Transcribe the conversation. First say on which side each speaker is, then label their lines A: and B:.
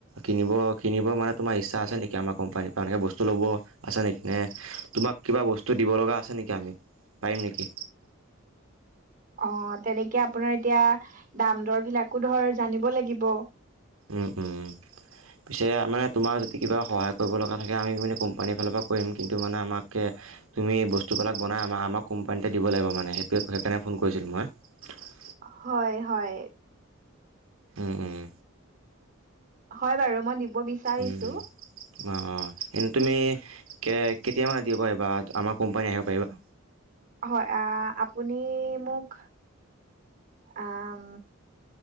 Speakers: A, on the right; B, on the right.
A: কিনিব কিনিব মানে তোম ই্ছাছে নেক আমাৰ কোম্পানীৰ পৰা এনেকৈ বস্তু ল'ব আছে নেকি এ তোমাক কিবা বস্তু দিব লগা আছে নেকি আমি পাৰিম নেকি?
B: অ তেনেকে আপোনাৰ এতিয়া দাম দৰ বিলাকো ধৰ জানিব লাগিব।
A: উম উম উম পিছে মানে তোমাৰ যদি কিবা সহায় কৰিব লগা থাকে আমি মানে কোম্পানীৰ ফালৰ পৰা কৰিম কিন্তু মানে আমাক তুমি বস্তুবিলাক বনাই আমাৰ আমাক কোম্পানীতে দিব লাগিব মানে সেইটোৱে সেইকাৰণে ফোন কৰিছিলোঁ মই
B: হয় হয়
A: উঁ উঁ
B: হয় বাৰু মই দিব বিচাৰিছো।
A: উম উম অ অ এ তুমি কে কেতিয়া মানে দিব পাৰিবা আমাৰ কোম্পানী আহিব পাৰিবা
B: হয় আপুনি মোক আম